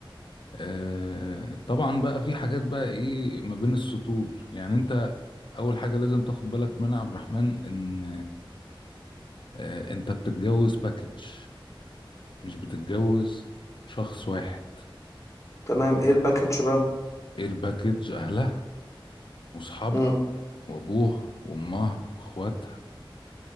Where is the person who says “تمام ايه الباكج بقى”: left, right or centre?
Left